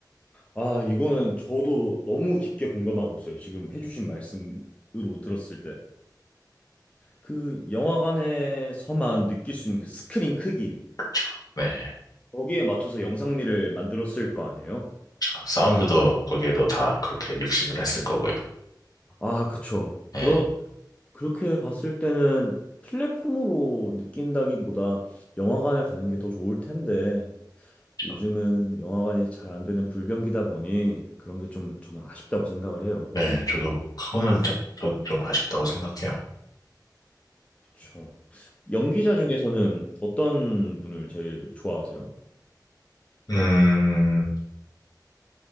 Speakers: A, on the left (about 20°); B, on the left (about 55°).
A: 아, 이거는 저도 너무 깊게 공감하고 있어요. 지금 해주신 말씀으로 들었을 때. 그 영화관에서만 느낄 수 있는 그 스크린 크기,
B: 그렇죠. 네.
A: 거기에 맞춰서 영상미를 만들었을 거 아니에요?
B: 그쵸. 사운드도 거기에도 다 그렇게 믹싱을 했을 거고요.
A: 아, 그쵸.
B: 네.
A: 그렇 그렇게 봤을 때는 플랫폼으로 느낀다기보다 영화관에 가는 게 더 좋을 텐데
B: 그쵸.
A: 요즘은 영화관이 잘 안 되는 불경기다 보니 그런 게 좀 저는 아쉽다고 생각을 해요.
B: 네, 저도 그거는 좀, 좀, 좀 아쉽다고 생각해요.
A: 그렇죠. 연기자 중에서는 어떤 분을 제일 좋아하세요?
B: 음,